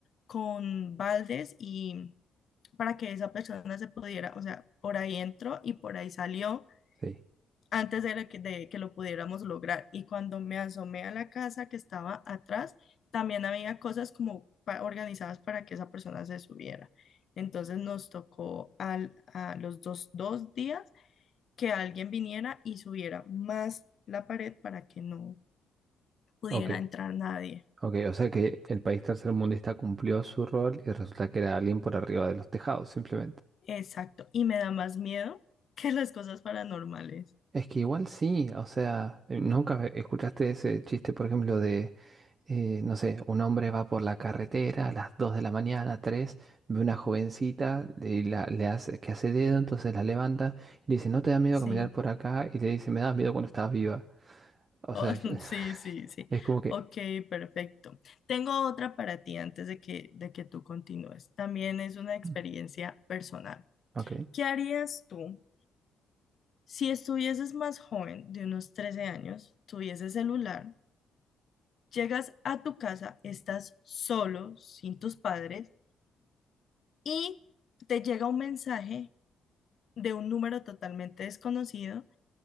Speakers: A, on the left (about 55°); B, on the right (about 40°).
A: con baldes y para que esa persona se pudiera, o sea, por ahí entró y por ahí salió
B: sí.
A: antes de que, de que lo pudiéramos lograr. Y cuando me asomé a la casa que estaba atrás, también había cosas como pa- organizadas para que esa persona se subiera. Entonces nos tocó al, a los dos, dos días que alguien viniera y subiera más la pared para que no pudiera
B: Ok,
A: entrar nadie.
B: ok. O sea que el país tercermundista cumplió su rol y resulta que era alguien por arriba de los tejados, simplemente.
A: Exacto. Y me da más miedo <laughs> que las cosas paranormales.
B: Es que igual sí, o sea, eh, nunca escuchaste ese chiste, por ejemplo, de, eh, no sé, un hombre va por la carretera a las 2 de la mañana, 3 ve una jovencita y la, le hace, que hace dedo, entonces la levanta y le dice, ¿no te da miedo
A: Sí.
B: caminar por acá? Y le dice, me da miedo cuando estaba viva. O
A: Oh,
B: sea,
A: <laughs>
B: <laughs>
A: sí, sí, sí.
B: es como que,
A: Ok, perfecto. Tengo otra para ti antes de que, de que tú continúes. También es una experiencia
B: mm,
A: personal.
B: ok.
A: ¿Qué harías tú si estuvieses más joven, de unos 13 años, tuvieses celular, llegas a tu casa, estás solo, sin tus padres, y te llega un mensaje de un número totalmente desconocido